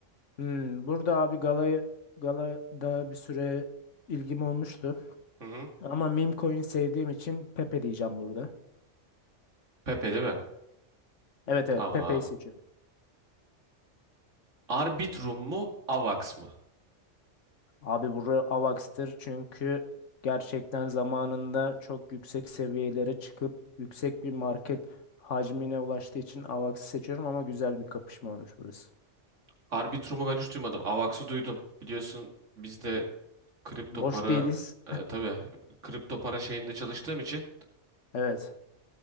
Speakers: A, on the left; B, on the right.
A: Hmm, burada abi galayı galada bir süre ilgim olmuştu.
B: Hı hı.
A: Ama meme coin sevdiğim için Pepe diyeceğim burada.
B: Pepe değil mi?
A: Evet
B: Tamam.
A: evet Pepe'yi seçiyorum.
B: Arbitrum mu? Avax mı?
A: Abi buraya Avax'tır çünkü gerçekten zamanında çok yüksek seviyelere çıkıp yüksek bir market hacmine ulaştığı için Avax'ı seçiyorum ama güzel bir kapışma olmuş burası.
B: Arbitrum'u ben hiç duymadım. Avax'ı duydum. Biliyorsun biz de kripto
A: Boş
B: para
A: değiliz.
B: e, tabii kripto para şeyinde çalıştığım için
A: Evet.